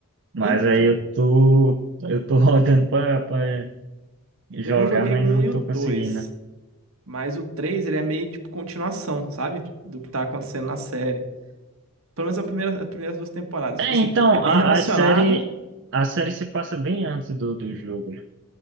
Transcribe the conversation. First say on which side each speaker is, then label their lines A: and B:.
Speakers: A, on the right; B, on the right.
A: Mas
B: Então,
A: aí eu tô, eu tô <laughs> rodando pra, pra jogar,
B: eu não joguei
A: mas
B: o 1
A: não
B: e
A: tô
B: o dois
A: conseguindo.
B: mas o 3 ele é meio tipo continuação, sabe? Do que tá acontecendo na série. Pelo menos a primeira, as primeiras duas temporadas.
A: É,
B: Tipo assim,
A: então,
B: é bem
A: a,
B: relacionado.
A: a série a série se passa bem antes do, do jogo, né?